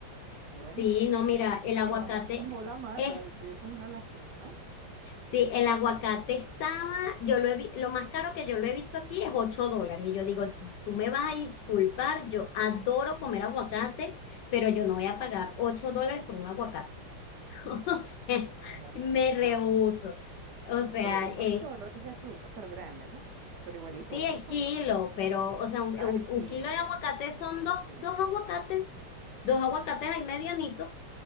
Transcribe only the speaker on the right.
Bueno,
mi,
mi mamá tumbó la mata,
y eso es una lástima. ¿Ah?
Claro,
o sea,
pero uno
solo, dices tú, pero grande, ¿no? Pero igualito,
uno
solo.
Aquí
El kilo.